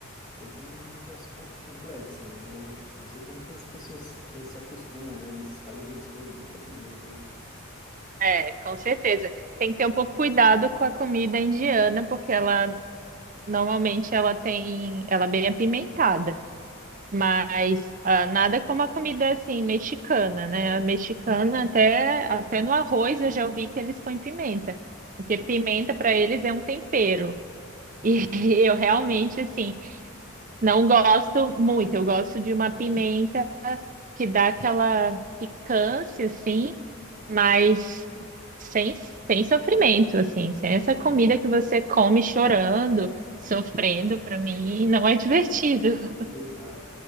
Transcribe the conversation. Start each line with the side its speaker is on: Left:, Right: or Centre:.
Left: Pensa num, num troço com- complexo, né? Não sei como que as pessoas eh, se acostumam, né? Nesses países eles comem muita pimenta, né?
Right: É, com certeza. Tem que ter um pouco cuidado com a comida indiana, porque ela Normalmente ela tem, ela é bem apimentada, mas ah, nada como a comida assim mexicana, né? A mexicana até até no arroz eu já ouvi que eles põem pimenta, porque
Left: Nossa.
Right: pimenta para eles é um tempero. E <laughs> eu realmente assim não gosto muito. Eu gosto de uma pimenta que dá aquela picância, assim, mas sem, sem sofrimento, assim, sem essa
Left: Isso.
Right: comida que você come chorando, sofrendo, para mim não é divertido. <laughs>
Left: Exato.